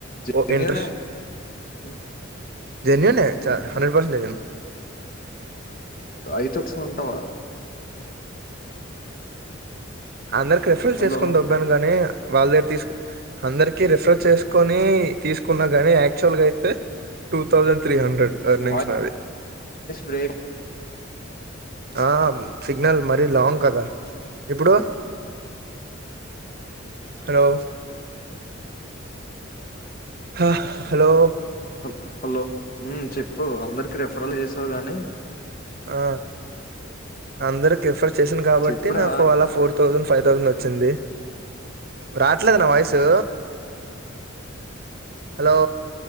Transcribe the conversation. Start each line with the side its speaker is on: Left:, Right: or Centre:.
Left: జెన్యూనే
Right: ఓ ఇంట్రెస్ట్
Left: హ్మ్.
Right: జెన్న్ చ హ్రెడ్ పసెన్ జన్
Left: ఐదుస ఉంటావా
Right: అందరికి రిఫరల్
Left: హలో!
Right: చేసుకుని దబ్బాను గాని వాళ్ళ దగ్గర తీసుకు అందరికి రిఫర్ చేసుకొని తీసుకున్నా గాని యాక్చువల్ గా అయితే టూ థౌజండ్ త్రీ హండ్రెడ్ అ
Left: వాయిస్
Right: నింగ్సనాాలి
Left: బ్రేక్
Right: ఆ సిగ్నల్ మరీ లాంగ్ కదా ఇప్పుడు హలో హ హలో
Left: హ హలో చెప్పు అందరికి రెఫరల్ చేసావు గాని
Right: ఆ అందరి క రిఫర్ చేసిాను కాబట్టి
Left: చెప్పురా
Right: నాకు అలా ఫోర్ థౌజండ్ ఫైవ్ థౌసండ్ వచ్చింది రాట్లేదు నా వాయిసు హలో